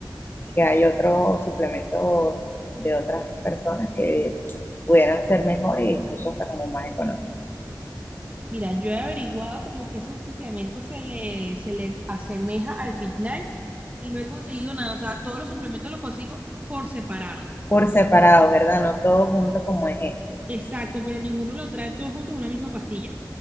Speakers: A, on the left; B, on the right.
A: que hay otros suplementos de otras personas que pudieran ser mejor e incluso hasta como más económicos.
B: Mira, yo he averiguado como que ese suplemento se le, se le asemeja al Fitnight y no he conseguido nada, o sea, todos los suplementos los consigo por separado.
A: Por separado, ¿verdad? No todos juntos como es este,
B: Exacto, pero ninguno lo trae todo junto en una misma pastilla.